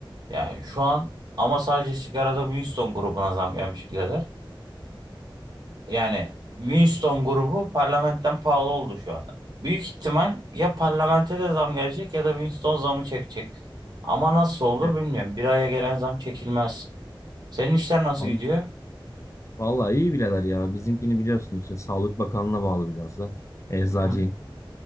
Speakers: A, on the right (about 50°); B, on the left (about 35°).
A: Yani şu an ama sadece sigarada Winston grubuna zam gelmiş birader. Yani Winston grubu parlamentten pahalı oldu şu anda. Büyük ihtimal ya parlamente de zam gelecek ya da Winston zamı çekecek. Ama nasıl olur
B: E,
A: bilmiyorum. Bir aya gelen zam çekilmez. Senin işler nasıl
B: abi
A: gidiyor?
B: vallahi iyi birader ya. Bizimkini biliyorsun işte Sağlık Bakanlığı'na bağlı biraz da. Eczacıyım.
A: Hı hı.